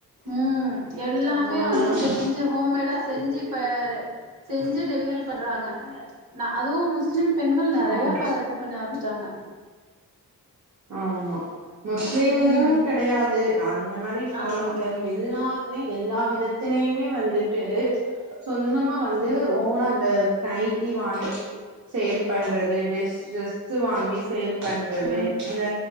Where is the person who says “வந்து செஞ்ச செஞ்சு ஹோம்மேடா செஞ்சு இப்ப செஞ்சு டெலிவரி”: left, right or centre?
Right